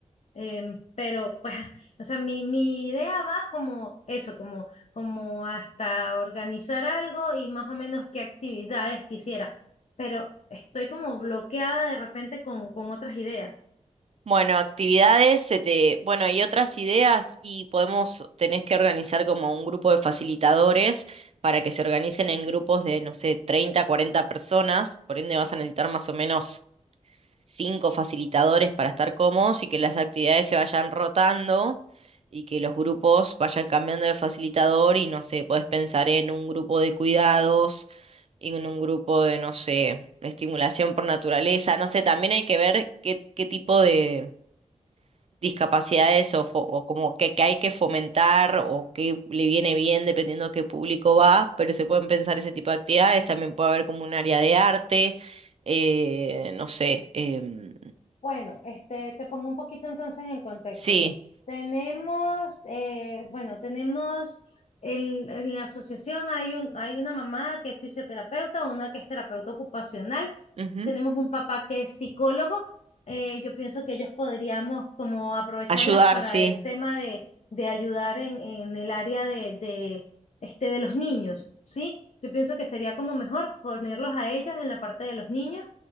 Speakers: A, on the left; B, on the right.
A: Em, pero pues, o sea, mi, mi idea va como eso, como, como hasta organizar algo y más o menos qué actividades quisiera, pero estoy como bloqueada de repente con, con otras ideas.
B: Bueno, actividades, se te, bueno, y otras ideas, y podemos, tenés que organizar como un grupo de facilitadores para que se organicen en grupos de, no sé, 30 40 personas, por ende vas a necesitar más o menos cinco facilitadores para estar cómodos y que las actividades se vayan rotando y que los grupos vayan cambiando de facilitador y no sé, podés pensar en un grupo de cuidados y en un grupo de, no sé, estimulación por naturaleza, no sé, también hay que ver qué, qué tipo de discapacidades o, fo- o como que, que hay que fomentar o qué le viene bien dependiendo a qué público va, pero se pueden pensar ese tipo de actividades, también puede haber como un área de arte, eh, no sé, em,
A: Bueno, este, te pongo un poquito entonces en contexto.
B: Sí,
A: Tenemos, eh, bueno, tenemos el- en la asociación hay un, hay una mamá que es fisioterapeuta, una que es terapeuta ocupacional,
B: ujú.
A: tenemos un papá que es psicólogo. eh, yo pienso que ellos podríamos como aprovecharlos
B: Ayudar,
A: para
B: sí,
A: el tema de, de ayudar en, en el área de, de, este, de los niños, ¿sí? Yo pienso que sería como mejor ponerlos a ellos en la parte de los niños